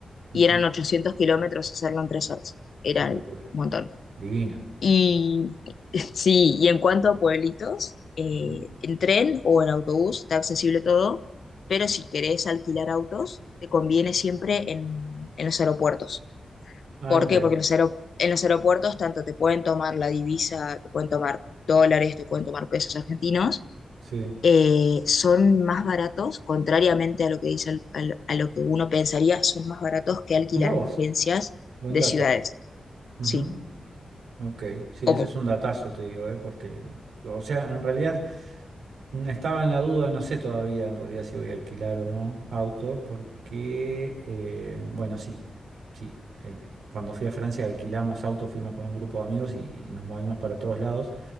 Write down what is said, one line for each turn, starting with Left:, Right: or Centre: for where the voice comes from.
Right: ujú,
Left: y eran 800 kilómetros hacerlo en tres horas. Era
Right: Una locura.
Left: un montón.
Right: Divino.
Left: Y <laughs> sí, y en cuanto a pueblitos, eh,
Right: ujú.
Left: en tren o en autobús está accesible todo, pero si querés alquilar autos, te conviene siempre en en los aeropuertos
Right: Ah,
Left: ¿Por
Right: ok.
Left: qué? Porque en los, aero- en los aeropuertos tanto te pueden tomar la divisa, te pueden tomar dólares, te pueden tomar pesos argentinos,
Right: Sí.
Left: eh, son más baratos, contrariamente a lo que dice, el- a lo a lo que uno pensaría, son más baratos que alquilar
Right: Notá vos.
Left: en agencias
Right: Buen
Left: de
Right: dato.
Left: ciudades.
Right: ujú,
Left: Sí,
Right: Ok. Sí,
Left: como,
Right: ese es un datazo, te digo, ¿eh? Porque, o sea, en realidad. Mm, Estaba en la duda, no sé todavía en realidad si voy a alquilar o no auto, porque, eh, bueno, sí, sí. eh, cuando fui a Francia alquilamos auto, fuimos con un grupo de amigos y, y nos movimos para todos lados,